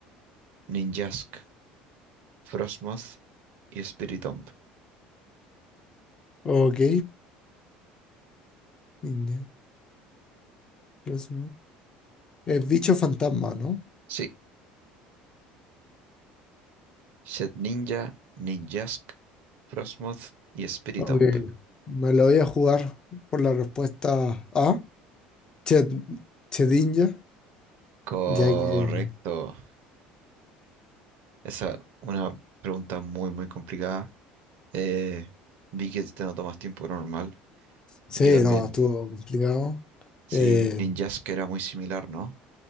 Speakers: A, on the right; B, on the left.
A: Ninjask, Frostmoth y Spiritomb.
B: Ok. Niña, los- Es bicho fantasma, ¿no?
A: Sí, Shed Ninja, Ninjask, Frostmoth y Spiritomb.
B: Ok, me lo voy a jugar por la respuesta A, Ched- Chedinja,
A: Correcto.
B: ya que
A: Esa es una pregunta muy, muy complicada. Eh, vi que te notó más tiempo que normal.
B: sí,
A: Yo también.
B: no, estuvo complicado.
A: Sí,
B: Eh,
A: que era muy similar, ¿no?